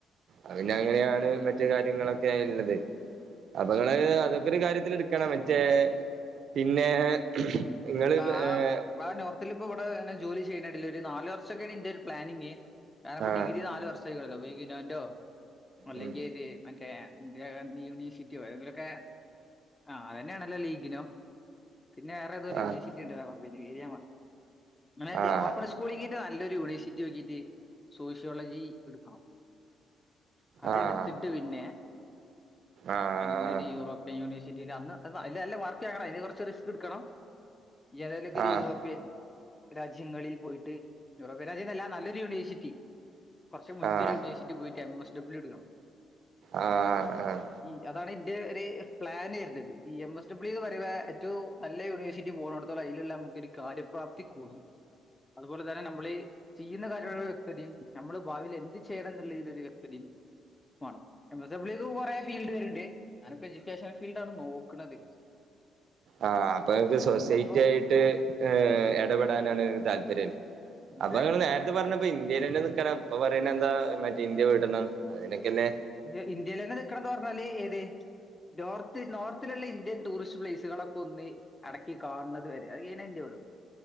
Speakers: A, on the right; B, on the left.
A: അഹ് പിന്നെ അങ്ങനെയാണ് മറ്റേ കാര്യങ്ങളൊക്കെ ഉള്ളത് അപ്പൊ ഇങ്ങള്
B: ഉം.
A: അതൊക്കെ ഒരു കാര്യത്തില് എടുക്കണം മറ്റേ പിന്നെ ഇങ്ങള്
B: അപ്പാ
A: ഏഹ്
B: ആ നോർത്തിൽ ഇപ്പം ഇവിടെ ഇങ്ങനെ ജോലി ചെയ്യണേ കണ്ടില്ലേ ഒരു നാല് വർഷൊക്കേണ് ഇന്റെ ഒരു പ്ലാനിങ്. ഞാനിപ്പോ
A: ആഹ്
B: ഡിഗ്രി നാല് വർഷമായിക്ക്ണല്ലോ ഇഗ്ന്നോന്റൊ അല്ലെങ്കിൽ
A: ഉം
B: ഇത് മറ്റേ ഇന്ദിരാഗാന്ധി യൂണിവേഴ്സിറ്റിയോ എതെങ്കിലുമൊക്കെ ആ അതന്നെയാണല്ലോ ഇഗ്ന്നോ പിന്നെ വേറെതോരു
A: ആഹ്
B: യൂണിവേഴ്സിറ്റി ഉണ്ടല്ലോ <unintelligible>
A: ആഹ്
B: ഓപ്പൺ സ് സ്കൂള് കഴിഞ്ഞിട്ട് നല്ലൊരു യൂണിവേഴ്സിറ്റി നോക്കിട്ട് സോഷ്യോളജി എടുക്കണം. അതെടുത്തിട്ട്
A: ആഹ്
B: പിന്നെല്
A: ആഹ്
B: നല്ലൊര് യൂറോപ്യൻ യൂണിവഴ്സിറ്റിയില് അന്ന് അല്ല നല്ല മാർക്ക് വങ്ങണം അയിന് കുറച്ച് റിസ്ക് എടുക്കണം. ഇയ്യ് ഏതായലുമൊക്കെ ഒരു
A: ആഹ്
B: യൂറോപ്യൻ രാജ്യങ്ങളിൽ പോയിട്ട് യൂറോപ്യൻ രാജ്യന്നല്ല നല്ലൊരു യൂണിവേഴ്സിറ്റി കുറച്ച് മുൻന്ത്യൊരു
A: ആഹ്
B: യൂണിവേഴ്സിറ്റി പോയിട്ട് എം എസ് ഡബ്ല്യൂ എടുക്കണം
A: ആഹ് ആഹ്
B: ഈ അതാണ് ഇന്റെ ഒരു പ്ലാന് വരുന്നത് ഈ എം എസ് ഡബ്ലിയു എന്ന് പറയ്മ്പോ ഏറ്റവും നല്ല യൂണിവേഴ്സി റ്റി പോണടത്തോളം അയ്ല്ള്ളെ നമുക്കൊര് കാര്യ പ്രാപ്തി കൂടും അതുപോലെത ന്നെ നമ്മള് ചെയ്യുന്ന കാര്യത്തോടുള്ള ഒരു വ്യക്തതയും നമ്മള് ഭാവിൽ എന്ത് ചെയ്യണം എന്നുള്ളതിൽ ഒരു വ്യക്തതയും വാണം എം എസ് ഡബ്യൂക്ക് കുറെ ഫീൽഡ് വെര്ണ്ട് ഞാനിപ്പോ എഡ്യൂക്കേഷൻ ഫീൽഡാണ് നോക്ക്ണത്
A: ആഹ് അപ്പൊ ങ്ങക്ക് സൊസൈറ്റി
B: ഇപ്പൊ
A: ആയിട്ട് ഏഹ് എടപെടാനാണ് താല്പര്യം ല്ലേ
B: തെ
A: അപ്പങ്ങള് നേരത്തെ പറഞ്ഞപ്പ ഇന്ത്യയിൽ തന്നെ നിക്കാനാ ഇപ്പൊ പറയണ എന്താ മറ്റേ ഇന്ത്യ വീടണം അതിനൊക്കെന്നെ
B: ജ്ജ് ഇന്ത്യയിലെന്നെ നിൽക്കണംന്ന് പറഞ്ഞാല് ഏത് നോർത്ത് നോർത്തിലുള്ള ഇന്ത്യൻ ടൂറിസ്റ്റ് പ്ലേസുകളൊക്കൊന്ന് അടക്കി കാൺണത് വരെ അഹ് കഴിഞ്ഞാ ഇന്ത്യ വിടും